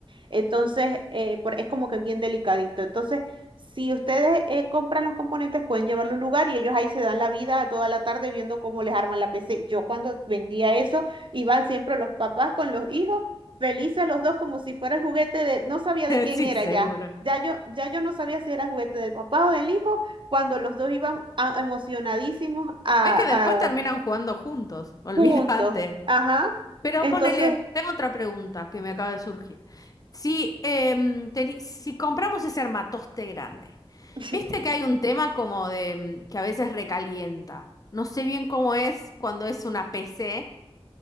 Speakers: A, on the right (about 50°); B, on the left (about 35°).
A: Entonces, eh, por- es como que bien delicadito. Entonces, si ustedes eh, compran los componentes, pueden llevarlo a un lugar y ellos ahí se dan la vida toda la tarde viendo cómo les arman la PC. Yo cuando vendía eso, iban siempre los papás con los hijos, felices los dos como si fuera el juguete de, no sabía
B: <laughs>
A: de quién
B: Sí,
A: era
B: seguro.
A: ya. Ya yo, ya yo no sabía si era el juguete del papá o del hijo, cuando los dos iban a- emocionadísimos a,
B: Es que después terminan
A: a-
B: jugando juntos, <laughs> olvídate.
A: juntos. Ajá.
B: Pero
A: Entonces,
B: ponele, tengo otra pregunta que me acaba de surgir. Si, em, teni- si compramos ese armatoste grande,
A: <laughs>
B: viste que hay un tema como de em, que a veces recalienta. No sé bien cómo es cuando es una PC,